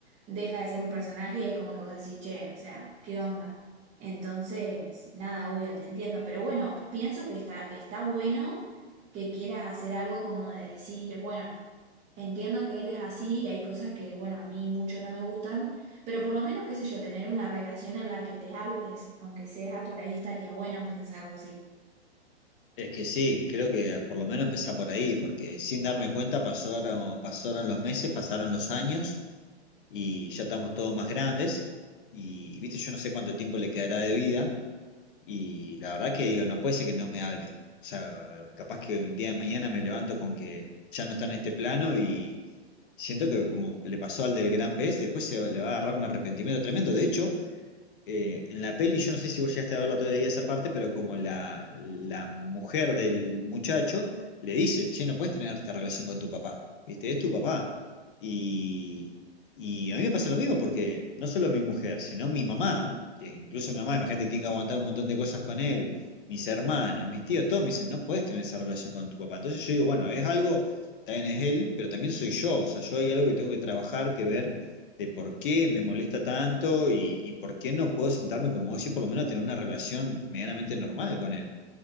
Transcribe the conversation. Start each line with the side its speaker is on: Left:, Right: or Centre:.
Right: deja de ser un personaje y es como que vos decís, che, o sea, ¿qué onda? Entonces, nada, obvio, te entiendo, pero bueno, pienso que está, está bueno que quieras hacer algo como de decir, bueno, entiendo que él es así y hay cosas que, bueno, a mí mucho no me gustan, pero por lo menos, qué sé yo, tener una relación en la que te hables, aunque sea por ahí estaría bueno pensarlo así.
Left: Es que sí, creo que ah, por lo menos empezar por ahí, porque sin darme cuenta pasaron, pasaron los meses, pasaron los años y ya estamos todos más grandes y, viste, yo no sé cuánto tiempo le quedará de vida y la verdad que digo, no puede ser que no me hable. O sea, capaz que un día de mañana me levanto con que ya no está en este plano y siento que como le pasó al del gran pez, después se le va a agarrar un arrepentimiento tremendo. De hecho, eh, en la peli, yo no sé si vos llegaste a verla todavía esa parte, pero como la, la mujer del muchacho le dice, che, no puedes tener esta relación con tu papá, ¿viste? Es tu papá. Y, y a mí me pasa lo mismo porque no solo mi mujer, sino mi mamá, que incluso mi mamá, imagínate, tiene que aguantar un montón de cosas con él, mis hermanos, mis tíos, todos me dicen, no puedes tener esa relación con tu papá. Entonces yo digo, bueno, es algo, también es él, pero también soy yo, o sea, yo hay algo que tengo que trabajar, que ver de por qué me molesta tanto y, y por qué no puedo sentarme como vos y por lo menos tener una relación medianamente normal con él.